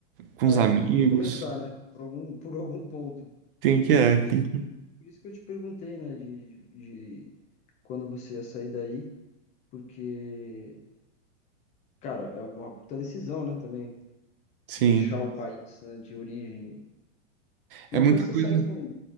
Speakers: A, on the right (about 45°); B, on the left (about 20°).
A: com
B: É,
A: os amigos.
B: tem que começar, né? Por algum, <laughs> por algum ponto.
A: Tem que, é,
B: Por
A: tem
B: isso que eu
A: que,
B: te, por isso que eu te perguntei, né? De, de quando você ia sair daí. Porque, cara, é uma puta decisão, né? Também.
A: sim.
B: deixar o país, né, de origem. Uma
A: É muita
B: coisa é você
A: coisa,
B: sair com